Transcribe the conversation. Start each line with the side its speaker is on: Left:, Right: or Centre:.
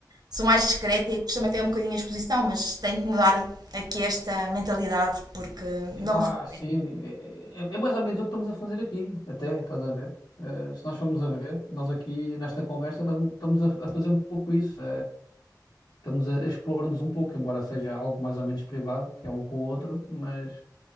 Right: Sou mais discreta e costumo me até um bocadinho a exposição, mas tenho que mudar aqui esta mentalidade porque
Left: Epá,
Right: não me favorece.
Left: sim, é, é- é mais ou menos o que estamos a fazer aqui, até, estás a ver? Eh, se nós formos a ver, nós aqui nesta conversa estamos, estamos a, a fazer um pouco isso. estamos a a expor-nos um pouco, embora seja algo mais ou menos privado, que é um com o outro, mas